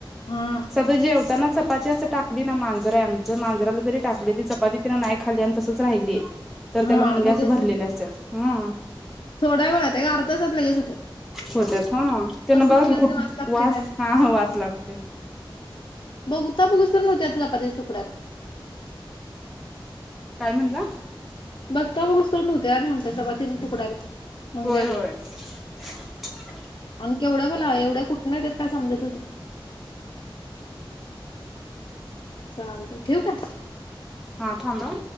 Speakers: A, on the left; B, in the centre.
A: हा
B: साध जेवताना चपाती अस टाक मी ना मांजर आहे आमचं मांजराला जरी टाकली की चपाती तिंन नाही खाली आणि तसंच राहिली. तर
A: हा
B: त्याला मुंग्या
A: लगेच
B: अस भरलेले
A: मुंग्या होतात.
B: असत्यात हम्म
A: थोड्या वेळात आहे अर्ध्या तासात लगेच होत्यात.
B: होत्यात हम त्यांना
A: कसं
B: बघा
A: मुंग्याचा
B: की कुठ
A: लागतोय
B: वास हा हा वास लागतय.
A: बघूता बघूसपर्यंत होत्यात चपातीच्या तुकड्याला.
B: काय म्हणला?
A: बघता बघूस पर्यंत होत्यात म्हटलं चपातीच्या तुकड्याला मुंग्या
B: होय
A: गं.
B: होय. <inaudible>
A: आणखी केवढ्या बाला एवढ्या कुठन येत्यात काय समजतच नाय. चालतय ठेवू काय?
B: हा थांब हं.